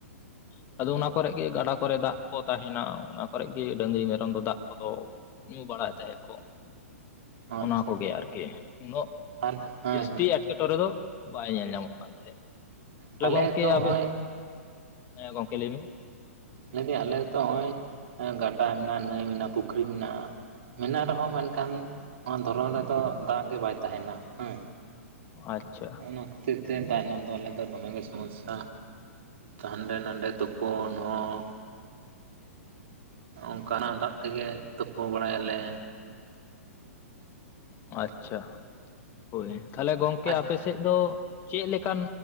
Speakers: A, on the left; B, on the right.
A: <unintelligible> ᱟᱫᱚ ᱚᱱᱟ ᱠᱚᱨᱮ ᱜᱮ ᱜᱟᱰᱟ ᱠᱚᱨᱮ ᱫᱟᱜ ᱠᱚ ᱛᱟᱦᱮᱱᱟ ᱚᱱᱟ ᱠᱚᱨᱮ ᱜᱮ ᱰᱟᱹᱝᱜᱨᱤ ᱢᱮᱨᱚᱢ ᱫᱚ ᱫᱟᱜ ᱠᱚᱫᱚ ᱧᱩ ᱵᱟᱲᱟᱭᱮᱫ ᱛᱟᱦᱮᱫ ᱠᱚ
B: ᱟᱪᱪᱷᱟ
A: ᱚᱱᱟ ᱠᱚᱜᱮ ᱟᱨᱠᱤ ᱩᱱᱟᱹᱜ
B: ᱟᱨ ᱦᱮᱸ
A: ᱡᱟᱹᱥᱛᱤ ᱮᱴᱠᱮᱴᱚᱬᱮ ᱫᱚ ᱵᱟᱭ ᱧᱮᱞ ᱧᱟᱢᱚᱜ ᱠᱟᱱ ᱛᱟᱦᱮᱸᱫ ᱛᱟᱦᱞᱮ
B: ᱟᱞᱮᱭᱟᱜ
A: ᱜᱚᱝᱠᱮ
B: ᱛᱚ
A: ᱟᱯᱮ
B: ᱚᱜᱼᱚᱭ
A: ᱦᱮᱸ ᱜᱚᱢᱠᱮ ᱞᱟᱹᱭ ᱵᱤᱱ
B: ᱞᱟ. ᱭ ᱟᱞᱮ ᱫᱚ ᱱᱚᱜ ᱚᱭ ᱜᱟᱰᱟ ᱢᱮᱱᱟᱜᱼᱟ ᱱᱟᱹᱭ ᱢᱮᱱᱟᱜᱼᱟ ᱯᱩᱠᱷᱨᱤ ᱢᱮᱱᱟᱜᱼᱟ ᱢᱮᱱᱟᱜ ᱨᱮᱦᱚᱸ ᱢᱮᱱᱠᱷᱟᱱ ᱱᱚᱣᱟ ᱫᱷᱚᱨᱚᱢ ᱨᱮᱫᱚ ᱫᱟᱜ ᱜᱮ ᱵᱟᱭ ᱛᱟᱦᱮᱱᱟ ᱦᱮ
A: ᱟᱪᱷᱟ
B: ᱚᱱᱟ ᱠᱷᱟᱹᱛᱤᱨ ᱛᱮ ᱫᱟᱜ ᱨᱮᱱᱟᱜ ᱫᱚ ᱟᱞᱮ ᱫᱚ ᱫᱚᱢᱮ ᱜᱮ ᱥᱚᱢᱚᱥᱥᱟ ᱦᱟᱸᱰᱮ ᱱᱟᱰᱮ ᱛᱩᱯᱩᱱ ᱦᱚᱸ ᱚᱱᱠᱟᱱᱟᱜ ᱫᱟᱜ ᱛᱮᱜᱮ ᱛᱩᱯᱩ ᱵᱟᱲᱟᱭᱟᱞᱮ
A: ᱟᱪᱪᱷᱟ ᱦᱳᱭ ᱛᱟᱦᱞᱮ ᱜᱚᱝᱠᱮ
B: ᱟᱨ
A: ᱟᱯᱮ ᱥᱮᱫ ᱫᱚ ᱪᱮᱫ ᱞᱮᱠᱟᱱ